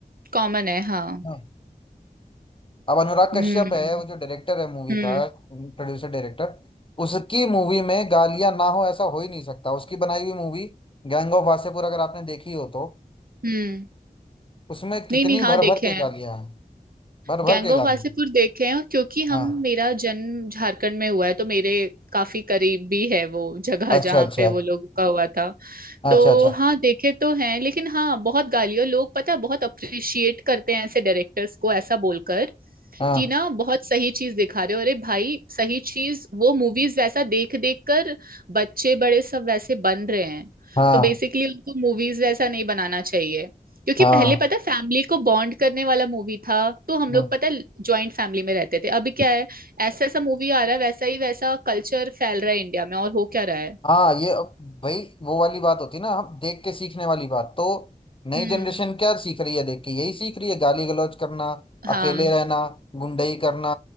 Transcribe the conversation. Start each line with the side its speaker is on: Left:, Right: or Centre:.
Right: कॉमन है हाँ
Left: हाँ अब अनुराग
Right: हम्म
Left: कश्यप है वो जो डायरेक्टर है मूवी
Right: हम्म
Left: का प्रोड्यूसर डायरेक्टर उसकी मूवी में गालियां ना हो ऐसा हो ही नहीं सकता उसकी बनाई हुई मूवी गैंग ऑफ वासेपुर अगर आपने देखी हो तो
Right: हम्म
Left: उसमें कितनी
Right: नहीं नहीं हाँ
Left: भर
Right: देखे
Left: भर के
Right: हैं
Left: गालियां हैं भर
Right: गैंग
Left: भर के
Right: ऑफ
Left: गालियां
Right: वासेपुर
Left: हैं।
Right: देखे हैं और क्योंकि हम
Left: हाँ
Right: मेरा जन्म झारखंड में हुआ है तो मेरे काफी करीब भी है वो जगह
Left: अच्छा
Right: जहाँ
Left: अच्छा
Right: पे वो लोगों का हुआ था तो
Left: अच्छा अच्छा
Right: हाँ देखे तो हैं लेकिन हाँ बहुत गालियों लोग पता है बहुत अप्रिशिएट करते हैं ऐसे डायरेक्टर्स को ऐसा बोलकर
Left: हाँ
Right: कि ना बहुत सही चीज दिखा रहे हो अरे भाई सही चीज वो मूवीज वैसा देख देख कर बच्चे बड़े सब वैसे बन रहे हैं
Left: हाँ
Right: तो बेसिकली उनको मूवीज वैसा नहीं बनाना चाहिए क्योंकि
Left: हाँ
Right: पहले पता फैमिली को बॉन्ड करने वाला मूवी था तो हम
Left: हाँ
Right: लोग पता ज्वाइंट फैमिली में रहते थे अभी क्या है ऐसा ऐसा मूवी आ रहा है वैसा ही वैसा कल्चर फैल रहा है इंडिया में और हो क्या रहा है
Left: हाँ ये अब भाई वो वाली बात होती है ना हम देख के सीखने वाली बात तो नई
Right: हम्म
Left: जनरेशन क्या सीख रही है देख के यही सीख रही है गाली गलौज करना
Right: हाँ
Left: अकेले रहना गुंडई करना